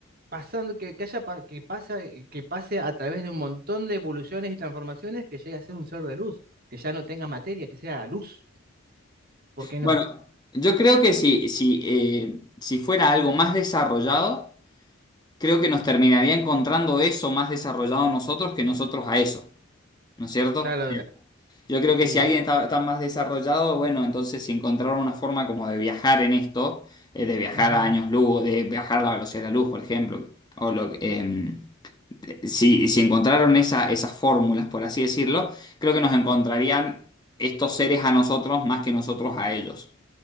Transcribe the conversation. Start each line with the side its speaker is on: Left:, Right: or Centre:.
Right: pasando que, que haya pa- que pasa, que pase a través de un montón de evoluciones y transformaciones que llegue a ser un ser de luz, que ya no tenga materia, que sea luz. ¿Por qué
Left: Bueno,
Right: no?
Left: yo creo que si, si, eh, si fuera algo más desarrollado, creo que nos terminaría encontrando eso más desarrollado a nosotros que nosotros a eso, ¿no es cierto?
Right: Claro,
Left: Sí. Yo creo que
Right: sí.
Left: si alguien está, está más desarrollado, bueno, entonces si encontraron una forma como de viajar en esto, eh, de viajar
Right: ujú,
Left: a años luz, de viajar a la velocidad de la luz, por ejemplo, o lo, em, si, si encontraron esa, esas fórmulas, por así decirlo, creo que nos encontrarían estos seres a nosotros más que nosotros a ellos.